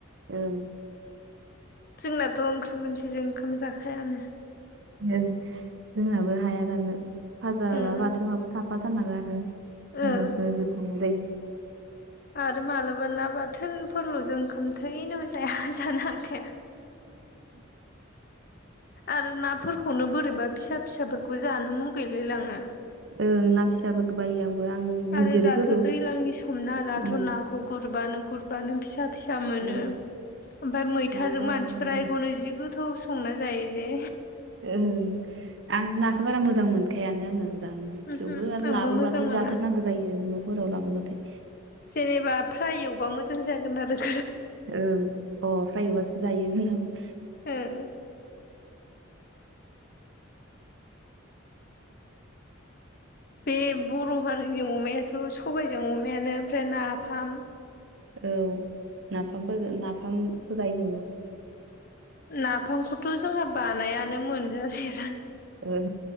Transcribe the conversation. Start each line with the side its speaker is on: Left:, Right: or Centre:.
Right: ओं।
Left: जोंनाथ' ओंख्रि मोनसेजों ओंखाम जाखायानो।
Right: ओं जोंनाबो हाया जानो फाजााबा
Left: उम
Right: बाथोनबाबो थाफाथारनांगौ आरो। होमब्लासो
Left: ओ
Right: गोथाव मोन जायो।
Left: आरो मालाबा ना बाथोनफोरल' जों ओंखाम थैनोबो जाया। जाखाया आरो नाफोर खौनो बोरैबा फिसा फिसाफोरखौ जानो मुगैलायलाङो।
Right: ओं ना फिसाफोरखौ बायो आं। गिदिरफोरखौ
Left: आरो दाथ' दैज्लांनि समना दाथ'
Right: उम
Left: नाखौ गुरबानो गुरबानो फिसा फिसा। सा मोनो
Right: ओं
Left: ओमफ्राय मैथाजों
Right: ना जादों
Left: मानसिफ्रा एखौनो जि गोथाव। संना जायो जे
Right: ओ आं नाखौ बारा मोजां मोनखायानो आङो। जानो
Left: उमहो
Right: थेवबो आरो
Left: आंबो
Right: लाबोबाथाय
Left: मोजां मोना।
Right: जाथारनांगौ जायो न'फोराव लाबोबाथाय।
Left: जेनेबा फ्राय एवबा मोजां जागोन आरो।
Right: ओं अ फ्राय एवबासो जायो जोंनाबो।
Left: ओं बे बर' हारिनि अमायाथ' सबायजों अमायानो ओमफ्राय नाफाम।
Right: औ नाफामफोर नाफामखौ‌ जायो नोङो।
Left: नाफामखौथ' जोंहा बानायानो मोनजायो।
Right: ओं